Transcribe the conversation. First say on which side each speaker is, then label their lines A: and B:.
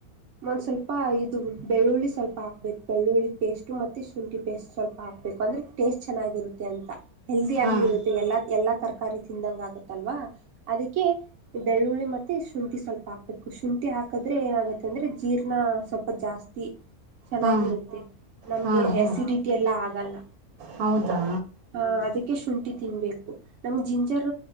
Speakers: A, on the right (about 60°); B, on the right (about 80°).
A: ಒಂದ್ ಸ್ವಲ್ಪ ಇದು ಬೆಳ್ಳುಳ್ಳಿ ಸ್ವಲ್ಪ ಹಾಕ್ಬೇಕು ಬೆಳ್ಳುಳ್ಳಿ ಪೇಸ್ಟ್ು ಮತ್ತೆ ಶುಂಠಿ ಪೇಟ್ ಸ್ವಲ್ಪ ಹಾಕ್ಬೇಕು ಅಂದ್ರೆ ಟೇಸ್ಟ್ ಚೆನ್ನಾಗಿರುತ್ತೆ ಅಂತ ಹೆಲ್ದಿಿಯಾಗು
B: ಹಾಂ
A: ಇರುತ್ತೆ ಎಲ್ಲಾ ಎಲ್ಲಾ ತರಕಾರಿ ತಿಂದಂಗ ಆಗತ್ತಲ್ವಾ ಅದಕ್ಕೆ ಬೆಳ್ಳುಳ್ಳಿ ಮತ್ತೆ ಶುಂಠಿ ಸ್ವಲ್ಪ ಹಾಕ್ಬೇಕು ಶುಂಠಿ ಹಾಕದ್ರೆ ಏನಾಗುತ್ತೆ ಅಂದ್ರೆ ಜೀರ್ಣ ಸ್ವಲ್ಪ ಜಾಸ್ತಿ ಚೆನ್ನಾಗಿರುತ್ತೆ
B: ಹಾ
A: ನಮ್ಗೆ
B: ಹಾ ಹಾ ಹಾ
A: ಅಸಿಡಿಿ ಇಲ್ಲ ಆಗಲ್ಲ
B: ಹೌದಾ
A: ಆ ಅದಕ್ಕೆ ಶುಂಠಿ ತಿನ್ಬೇಕು ನಮಗ್ ಜಿಂಜರ್